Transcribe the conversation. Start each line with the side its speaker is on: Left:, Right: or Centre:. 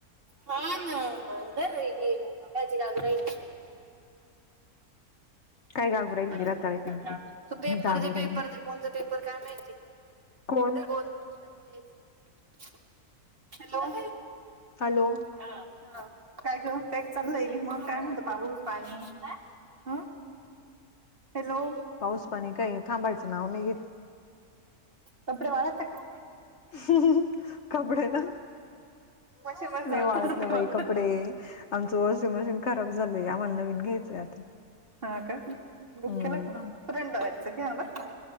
Right: हा ना घर लाग राहिल.
Left: काय गागू राहिली
Right: अ
Left: की रताळे पिंपरे नाही
Right: तू पेपर
Left: गागू
Right: दे
Left: राहिली.
Right: पेपर दे कोणते पेपर काय माहिती
Left: कोण
Right: दर हॅलो हा
Left: हॅलो
Right: हा काय ग काय चाललंय मग काय म्हणत पाहूस पाणी ह हॅलो
Left: पाऊस पाणी काही थांबायचं नाव नाही घेत
Right: कपडे वाळत हे का
Left: ह् कपडे ना
Right: मशीन मध्ये
Left: नाही
Right: जात
Left: वाळत ना बाई कपडे आमचं वॉशिंग मशीन खराब झालंय आम्हाला नवीन घ्यायचंय आता
Right: हा का बुक
Left: हम्म
Right: केला का मग रेट वरचा घ्याबर का